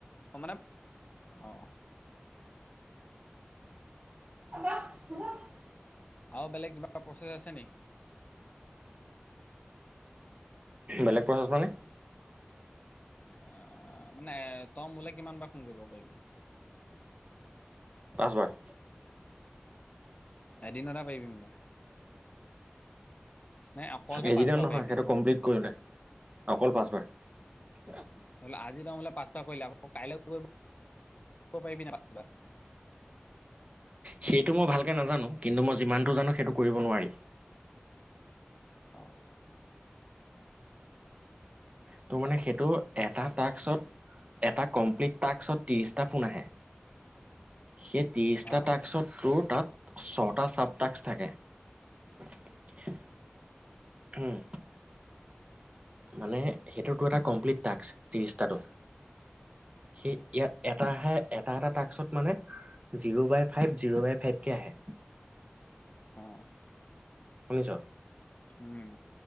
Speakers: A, on the left; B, on the right.
A: অ', মানে অ'।
B: <inaudible>
A: আৰু বেলেগ কিবা প্ৰচেছ আছে নি?
B: বেলেগ প্ৰচেছ মানে?
A: আ, মানে তই মোলে কিমান বাৰ ফোন কৰিব পাৰিবি?
B: পাঁচবাৰ।
A: এদিনতে পাৰিবি মানে? নে অকলহে
B: এদিনত
A: পাঁচবাৰ
B: নহয়
A: পাৰিবি
B: সেইটো কমপ্লিট কৰিলে। অকল পাঁচবাৰ।
A: ধৰি ল' আজি তই মোলে পাঁচটা কৰিলে আকৌ কাইলৈ কৰিব কৰিব পাৰবি নাই পাঁচটা।
B: সেইটো মই ভালকে নাজানো। কিন্তু মই যিমানটো জানো সেইটো কৰিব নোৱাৰি।
A: অ'।
B: ত' মানে সেইটো এটা টাস্কত এটা কমপ্লিট টাস্কত ত্ৰিশটা ফোন আহে। সেই ত্ৰিছটা
A: ইয়াৰ
B: টাস্কত তোৰ তাত ছটা চাবটাস্ক থাকে। উম, মানে সেইটো তোৰ এটা কমপ্লিট টাস্ক ত্ৰিছটাটো। সেই ইয়াত এটাহে এটা এটা টাস্কত মানে zero by five zero by five কে আহে।
A: অ',
B: শনি ছ'?
A: উম,